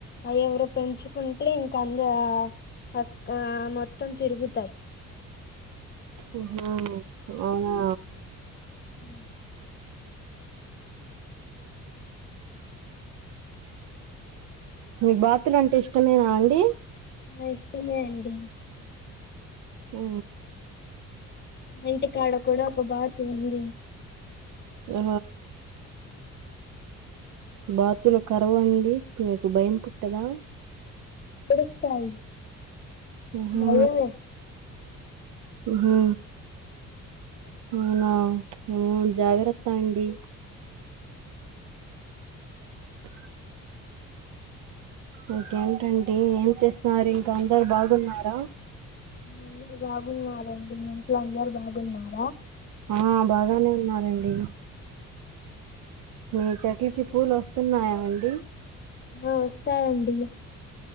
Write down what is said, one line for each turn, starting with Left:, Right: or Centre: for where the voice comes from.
Left: ఎవరు పెంచుకుంటే ఇంకంద అక్క మొత్తం తిరుగుతాయి
Right: ఉ హు అవునా
Left: ఉ
Right: మీ బాతులు అంటే ఇష్టమేనా అండి
Left: ఆ ఇష్టమే అండి
Right: ఆ
Left: ఇంటికాడ కూడా ఒక బాతు ఉంది
Right: ఆ బాతులో కరవ అండి మీకు భయం పుట్టదా
Left: ఏడుస్తాయి
Right: ఆ హు
Left: భయమే
Right: ఉ హు అవునా జాగ్రత్త అండి ఆ ఇంకేంటండి ఏం చేస్తున్నారు ఇంకా అందరు బాగున్నారా
Left: అందరు బాగున్నార మీ ఇంట్లో అందరు బాగున్నార
Right: ఆ బాగానే ఉన్నారండి మీ చెట్లకి పూలు వస్తున్నాయాఅండి
Left: ఆ వస్తాయండి